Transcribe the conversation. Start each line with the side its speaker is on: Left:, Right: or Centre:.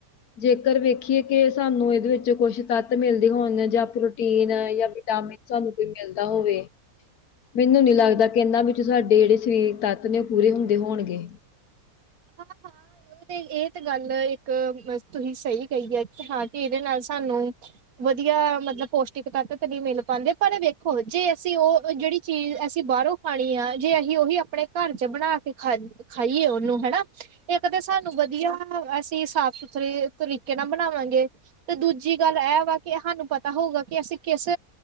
Left: ਜੇਕਰ ਵੇਖੀਏ ਕਿ ਸਾਨੂੰ ਇਹਦੇ ਵਿੱਚ ਕੁਛ ਤੱਤ ਮਿਲਦੇ ਹੋਣ ਜਾਂ ਪ੍ਰੋਟੀਨ ਜਾਂ ਜਾ ਤੁਹਾਨੂੰ ਕੋਈ ਮਿਲਦਾ ਹੋਵੇ ਮੈਨੂੰ ਨੀ ਲੱਗਦਾ ਕਿ ਇਹਨਾ ਵਿੱਚ ਸਾਡੇ ਜਿਹੜੇ ਸਰੀਰ ਤੱਤ ਨੇ ਉਹ ਪੂਰੇ ਹੁੰਦੇ ਹੋਣਗੇ
Right: ਹਾਂ-ਹਾਂ ਇਹ ਤੇ ਗੱਲ ਇੱਕ ਤੁਸੀਂ ਸਹੀ ਕਹੀ ਹੈ ਹਾਂ ਕਿ ਇਹਦੇ ਨਾਲ ਸਾਨੂੰ ਵਧੀਆ ਮਤਲਬ ਮਤਲਬ ਪੌਸ਼ਟਿਕ ਤੱਤ ਤੇ ਨਹੀਂ ਮਿਲ ਪਾਉਂਦੇ ਪਰ ਵੇਖੋ ਜੇ ਅਸੀਂ ਉਹ ਜਿਹੜੀ ਚੀਜ਼ ਅਸੀਂ ਬਾਹਰੋਂ ਖਾਣੀ ਆ ਜੇ ਅਸੀਂ ਉਹੀ ਆਪਣੇ ਘਰ ਚ ਬਣਾ ਕੇ ਖਾ ਖਾਈਏ ਉਹਨੂੰ ਹਨਾ
Left: ਹ
Right: ਕਦੇ ਸਾਨੂੰ ਵਧੀਆ ਅਸੀਂ ਸਾਫ਼ ਸੁਥਰੇ ਤਰੀਕੇ ਨਾਲ ਬਣਾਵਾਂਗੇ, ਤੇ ਦੂਜੀ ਗੱਲ ਇਹ ਵਾ ਕਿ ਸਾਨੂੰ ਪਤਾ ਹੋਊਗਾ, ਕਿ ਅਸੀਂ ਕਿਸ